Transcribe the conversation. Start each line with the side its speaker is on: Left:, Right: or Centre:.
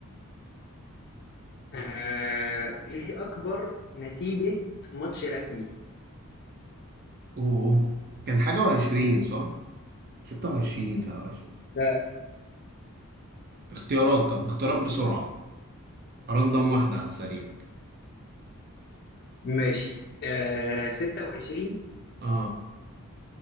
Left: آه، ايه اكبر نتيجة ماتش رسمي
Right: اوه كان حاجة وعشرين صح؟ ستة وعشرين سبعة وعشرين
Left: ده
Right: اختيارات طب اختيارات بسرعة رندم واحدة على السريع
Left: ماشي آه 26
Right: اه